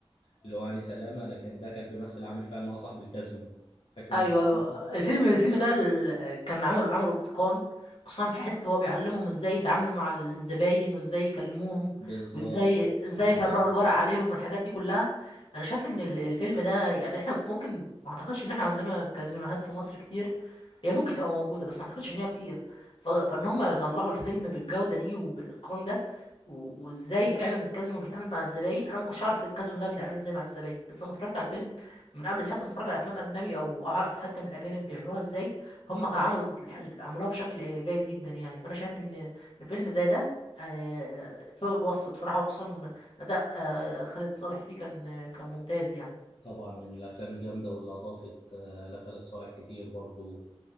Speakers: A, on the left; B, on the left.
A: اللي هو هاني سلامة لكن ده كان بيمثل عامل فيها ان هو صاحب الكازينو فاكر
B: ايوه
A: انت
B: ايوه
A: الفيلم ده؟
B: الفيلم الفيلم ده ال- كان عمله عمله باتقان خصوصا في حته هو بيعلمهم ازاي يتعاملوا مع الزباين وازاي يكلموهم
A: بالظبط
B: وازاي ازاي
A: بالظبط
B: يفرقوا الورق
A: كده
B: عليهم والحاجات دي كلها انا شايف ان ال- الفيلم ده يعني احنا ممكن ما اعتقدش ان احنا عندنا كازينوهات في مصر كتير هي ممكن تبقى موجوده بس ما اعتقدش ان هي كتير ف- فان هم يطلعوا الفيلم بالجوده دي وبالاتقان ده و- وازاي فعلا الكازينو بيتعامل مع الزباين انا ما كنتش عارف الكازينو ده بيتعامل ازاي مع الزباين بس لما اتفرجت على الفيلم من قبل حتى ما اتفرج على افلام اجنبي او اعرف حتى من الاجانب بيعملوها ازاي هم كانوا عملوا الح- عملوها بشكل جيد جدا يعني فانا شايف ان ان فيلم زي ده آه، فوق الوصف بصراحة وخصوصا اداء آه، خالد صالح فيه كان كان ممتاز يعني
A: طبعا من الافلام الجامده واللي اضافت آه، لخالد صالح كتير برضو